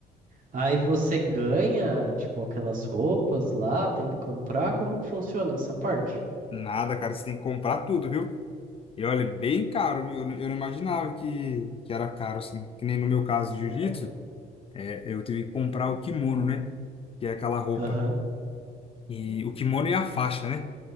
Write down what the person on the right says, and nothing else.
Aí você ganha, tipo, aquelas roupas lá, tem que comprar. Como que funciona essa parte?
Sério?
Aham.